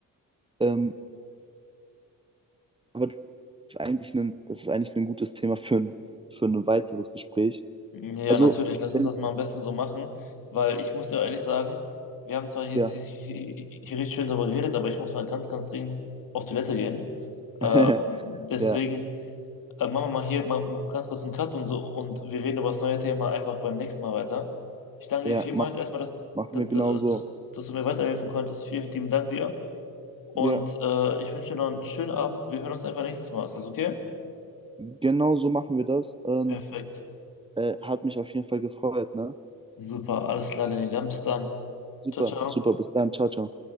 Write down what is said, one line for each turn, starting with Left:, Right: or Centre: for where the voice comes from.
Right: Ähm, aber das ist eigentlich ein, das ist eigentlich ein gutes Thema für ein, für ein weiteres Gespräch.
Left: Ja,
Right: Also,
Left: natürlich. Lass
Right: wenn,
Left: uns das mal am besten so machen, weil ich muss dir ehrlich sagen, wir haben zwar hier,
Right: ja,
Left: hier, hier richtig schön darüber geredet, aber ich muss mal ganz, ganz dringend auf Toilette gehen. Äh,
Right: <laughs>
Left: deswegen
Right: ja,
Left: äh, machen wir mal hier mal ganz kurz einen Cut und so und wir reden über das neue Thema einfach beim nächsten Mal weiter. Ich danke
Right: ja,
Left: dir vielmals
Right: mach,
Left: erstmal, dass,
Right: machen
Left: dass,
Right: wir
Left: dass
Right: genauso.
Left: dass du mir weiterhelfen konntest. Vielen lieben Dank dir und
Right: Ja.
Left: äh, ich wünsche dir noch einen schönen Abend. Wir hören uns einfach nächstes Mal. Ist das okay?
Right: Genau so machen wir das und
Left: Perfekt.
Right: äh, hat mich auf jeden Fall gefreut, ne?
Left: Super, alles klar, Lenny. Dann bis dann.
Right: Super,
Left: Ciao, ciao.
Right: super, bis dann, ciao, ciao.